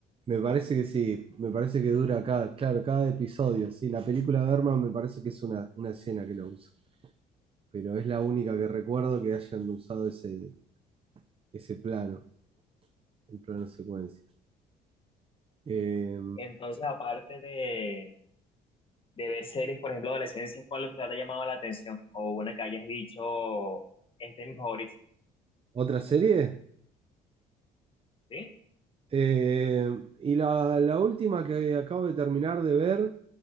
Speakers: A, on the right; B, on the left.
A: Me parece que sí, me parece que dura cada, claro, cada episodio. Sí, la película de Berman me parece que es una, una escena que lo usa. Pero es la única que recuerdo que hayan usado ese, ese plano, el plano secuencia. Eh,
B: Entonces, aparte de, de ver series, por ejemplo, Adolescencia, ¿cuál te ha llamado la atención? O una que hayas dicho, este es mi favorito,
A: ¿otra serie?
B: ¿sí?
A: Eh, y la, la última que acabo de terminar de ver